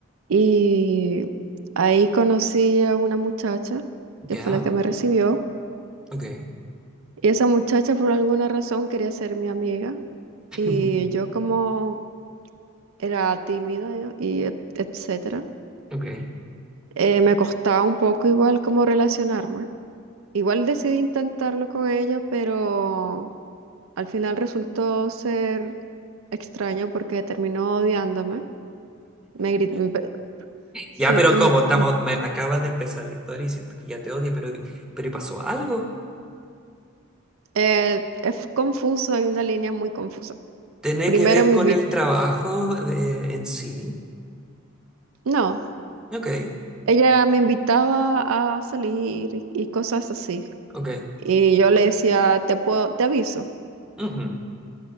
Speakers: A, on the right; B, in the centre.
A: y ahí conocí a una muchacha que
B: ya,
A: fue la que me recibió.
B: ok,
A: Y esa muchacha por alguna razón quería ser mi amiga
B: <laughs>
A: y yo como era tímida y et- etcétera,
B: ok.
A: eh, me costaba un poco igual como relacionarme. Igual decidí intentarlo con ella, pero al final resultó ser extraño porque terminó odiándome. Me gri- me pe- Sí,
B: Ya, pero
A: em,
B: ¿cómo
A: mm,
B: estamos? Me acabas de empezar la historia y siento que ya te odio, pero, pero ¿y pasó algo?
A: eh, es confuso, hay una línea muy confusa.
B: Tiene
A: Primero
B: que ver
A: me
B: con
A: invitó,
B: el trabajo eh, en sí.
A: no.
B: Ok,
A: Ella me invitaba a salir y y cosas así.
B: ok.
A: Y yo le decía, te puedo, te aviso.
B: ujú,